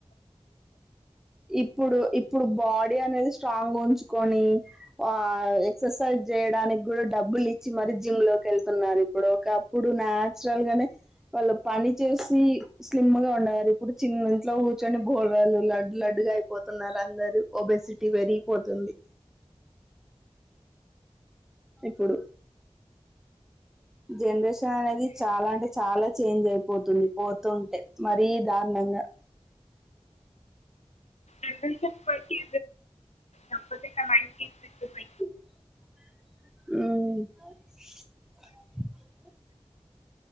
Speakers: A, in the centre; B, on the left (about 80°).
A: ఇప్పుడు ఇప్పుడు బాడీ అనేది స్ట్రాంగ్ ఉంచుకొని ఆ ఎక్ససైజ్ చేయడానికి కూడా డబ్బులు ఇచ్చి మరి జిమ్ లోకి వెళ్తున్నారు ఇప్పుడు ఒకప్పుడు నాచురల్ గానే వాళ్ళు పని చేసి స్లిమ్ గా ఉండేవారు ఇప్పుడు చిన్ ఇంట్లో కూర్చొని బోరలు లడ్లు లడ్ డుగా అయిపోతున్నారు అందరు ఒబెసిటీ పెరిగిపోతుంది. ఇప్పుడు జనరేషన్ అనేది చాలా అంటే చాలా చేంజ్ అయిపోతుంది పోతుంటే మరీ దారుణంగా
B: జనరేషన్ బట్టి తప్పకుండా నైన్టీస్ కిడ్స్
A: మ్మ్